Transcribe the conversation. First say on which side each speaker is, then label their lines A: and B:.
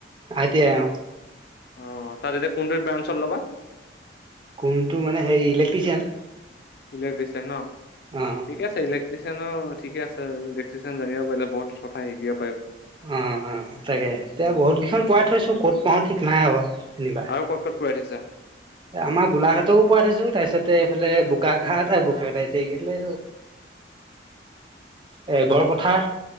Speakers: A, on the right; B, on the left.
A: আই তি আই অহ,
B: অহ তাত এতিয়া কোনটো ব্ৰাঞ্চত লবা।
A: কোনটো মানে হেৰি ইলেক্ট্ৰিচিয়ান।
B: ইলেক্ট্ৰিচিয়ান ন
A: অ
B: ঠিকে আছে ইলেক্ত ট্ৰিচিয়ান ঠিক আছেলেক্ট্ৰিচিয়ান জানিব পাৰলে বহুত কথা শিকি
A: অ-অ তাকে এতিয়া
B: অ
A: বহুত কেইখন পোৱাই থৈছো ক'ত পাওঁ ঠিক নাই আৰু। যেনিবা,
B: আৰু ক'ত ক'ত পঢ়াই থৈছা
A: আমাৰ গোলাঘাটও পাই থৈছো তাৰপিছত তে এইফালে বোকাঘাট আৰু বোকাঘাট কি আহিছিলে, এ দৰপথাৰ